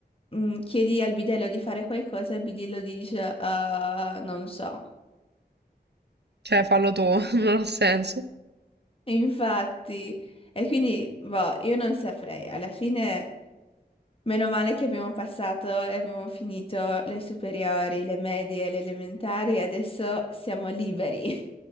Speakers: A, on the left; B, on the right.
A: Mm, chiedi al bidello di fare qualcosa e il bidello ti dice, "Ah, non so.
B: Cioè, fallo tu, <laughs> non ha senso.
A: Infatti, e quindi, boh, io non saprei. Alla fine, meno male che abbiamo passato e abbiamo finito le superiori, le medie, le elementari, e adesso siamo liberi.